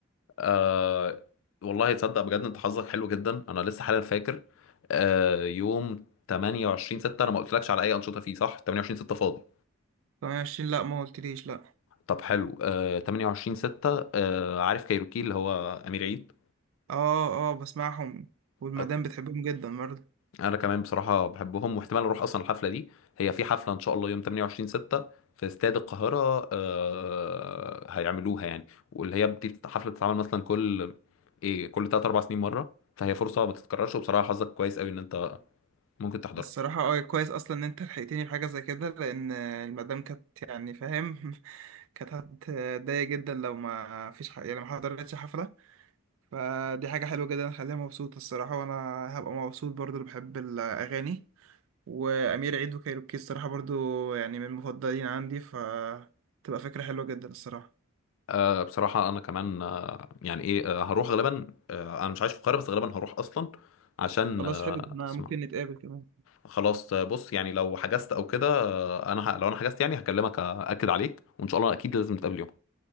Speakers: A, on the left; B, on the right.
A: آه والله تصدق بجد انت حظك حلو جدا انا لسه حالا فاكر آه يوم 28 6 انا ما قلتلكش على اي انشطه فيه صح 28 6 فاضي
B: طب عشرين لا ما قلتليش لا
A: طب حلو آه 28 6 آه عارف كايروكي اللي هو امير عيد
B: اه اه بسمعهم والمدام
A: أوكي.
B: بتحبهم جدا برضه
A: انا كمان بصراحه بحبهم واحتمال اروح اصلا الحفله دي هي في حفله ان شاء الله يوم 28 6 في استاد القاهره آه هيعملوها يعني واللي هي دي حفله بتتعمل مثلا كل ايه كل 3 4 سنين مره فهي فرصه ما تتكررش وبصراحه حظك كويس قوي ان انت ممكن تحضرها
B: الصراحة اه كويس اصلا ان انت لحقتني بحاجة زي كده لان آه، المدام كانت يعني فاهم <laughs> كانت هتضايق جدا لو ما فيش ح... يعني ما حضرتش حفلة فدي حاجة حلوة جدا خليها مبسوطة الصراحة وأنا هبقى مبسوط برضو اللي بحب الأغاني وأمير عيد وكايروكي الصراحة برضو يعني من المفضلين عندي فتبقى فكرة حلوة جدا الصراحة
A: أه بصراحة أنا كمان أه يعني إيه أه هروح غالبا أه أنا مش عايش في القاهرة بس غالبا هروح أصلا عشان
B: خلاص
A: أه
B: حلو ده احنا
A: أسمع
B: ممكن نتقابل كمان
A: خلاص آه، بص يعني لو حجزت أو كده آه، أنا ه... لو أنا حجزت يعني هكلمك أكد عليك وإن شاء الله أكيد لازم نتقابل يوم